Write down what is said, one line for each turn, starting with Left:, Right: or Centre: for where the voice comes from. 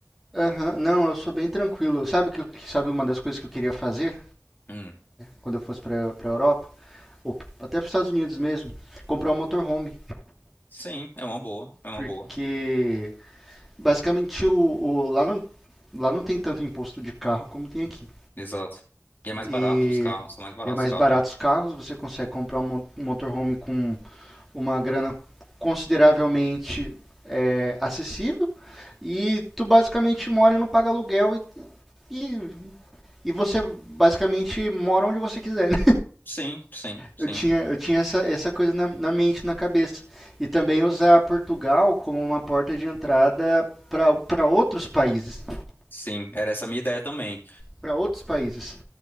Centre: Aham. Não, eu sou bem tranquilo. Sabe o que eu- sabe uma das coisas que eu queria fazer
Left: Hum.
Centre: quando eu fosse para pra Europa? Ou p- até pros Estados Unidos mesmo? Comprar um motorhome.
Left: Sim, é uma boa, é uma
Centre: Porque
Left: boa.
Centre: basicamente o, o- lá, não, lá não tem tanto imposto de carro como tem aqui.
Left: Exato. E é mais
Centre: e
Left: barato os carros, são mais baratos
Centre: é mais
Left: os carros
Centre: barato
Left: lá.
Centre: os carros. Você consegue comprar um um motorhome com uma grana consideravelmente é, acessível e tu basicamente mora e não paga aluguel e, e, e você basicamente mora onde você quiser. Né?
Left: Sim, sim, sim.
Centre: Eu tinha, eu tinha essa, essa coisa na, na mente, na cabeça. E também usar Portugal como uma porta de entrada para outros países.
Left: Sim, era essa a minha ideia também.
Centre: Para outros países.